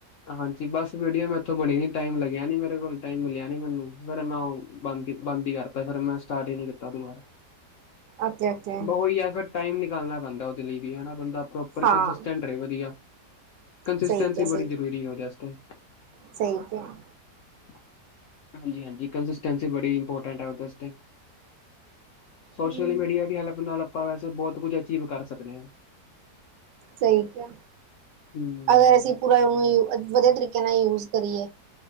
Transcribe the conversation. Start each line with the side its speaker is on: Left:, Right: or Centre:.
Left: ਹਾਂਜੀ, ਬਸ ਵੀਡੀਆ ਮੈਂ ਇੱਥੋਂ ਬਣੀ ਨੀ ਟਾਈਮ ਲੱਗਿਆ ਨੀ ਮੇਰੇ ਕੋਲ ਟਾਈਮ ਮਿਲਿਆ ਨੀ ਮੈਨੂੰ ਫਿਰ ਮੈਂ ਬੰਦ- ਬੰਦ ਹੀ ਕਰਤਾ ਫਿਰ ਮੈਂ ਸਟਾਰਟ ਹੀ ਨੀ ਕੀਤਾ ਦੁਬਾਰਾ।
Right: ਓਕੇ ਓਕੇ
Left: ਬ ਉਹੀ ਹੈ ਫਿਰ ਟਾਈਮ ਨਿਕਲਣਾ ਪੈਂਦਾ ਉਹਦੇ ਲਈ ਵੀ ਬੰਦਾ ਪੋਰੋਪਰ
Right: ਹਾਂ
Left: ਕਰੇ ਵਧੀਆ। ਕੰਸਿਸਟੈਂਸੀ
Right: ਸਹੀ ਕਿਹਾ
Left: ਬੜੀ
Right: ਸਹੀ
Left: ਜ਼ਰੂਰੀ ਹੈ ਉਹ ਦੇਤੇ।
Right: ਸਹੀ ਕਿਹਾ।
Left: <inaudible> ਹਾਂਜੀ- ਹਾਂਜੀ। ਕੰਸਿਸਟੈਂਸੀ ਬੜੀ ਇੰਪੋਰਟੈਂਟ ਹੈ ਉਹਦੇ ਵਾਸਤੇ। ਸੋਸ਼ਲ
Right: ਹੂੰ
Left: ਮੀਡੀਆ ਦੀ ਹੈਲਪ ਨਾਲ ਆਪਾਂ ਵੈਸੇ ਬਹੁਤ ਕੁਝ ਅਚੀਵ ਕਰ ਸਕਦੇ ਹਾਂ।
Right: ਸਹੀ ਕਿਹਾ
Left: ਹਮ।
Right: ਅਗਰ ਅਸੀਂ ਪੂਰਾ ਉਹਨੂੰ ਵਧੀਆ ਤਰੀਕੇ ਨਾਲ ਯੂਜ ਕਰੀਏ।